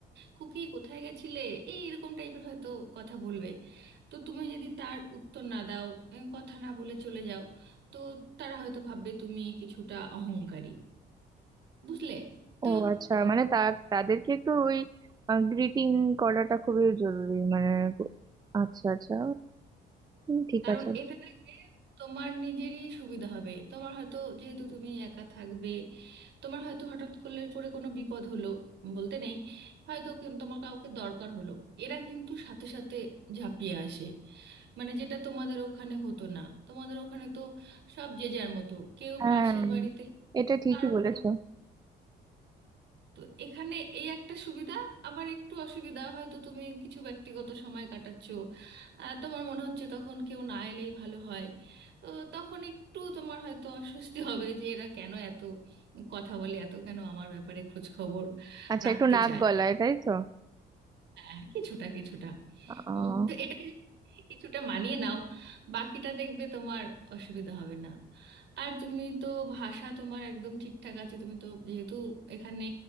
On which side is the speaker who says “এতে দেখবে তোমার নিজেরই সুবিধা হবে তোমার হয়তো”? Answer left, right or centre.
Right